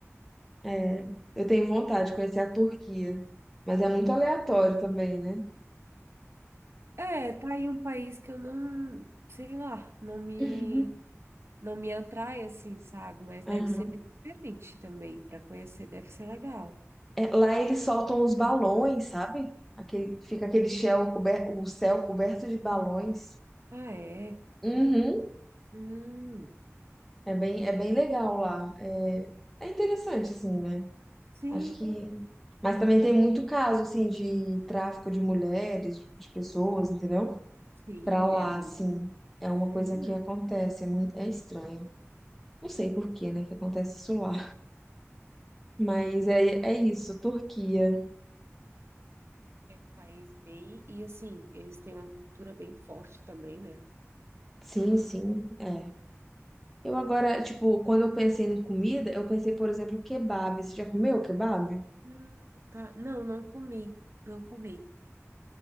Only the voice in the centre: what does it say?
É, eu tenho vontade de conhecer a Turquia, mas é muito aleatório também, né?
Uhum.
Aham.
É, lá eles soltam os balões, sabe? Aquele, fica aquele céu coberto, o céu coberto de balões.
Uhum.
É bem, é bem legal lá. É é interessante, assim, né?
Acho que. Mas também tem muito caso, assim, de tráfico de mulheres, de pessoas, entendeu?
Pra lá,
assim. É uma
coisa que acontece, é muito... é estranho. Não sei por que, né, que acontece isso lá.
Mas é, é isso, Turquia.
Sim, sim, é. Eu agora, tipo, quando eu pensei em comida, eu pensei, por exemplo, kebab. Você já comeu kebab?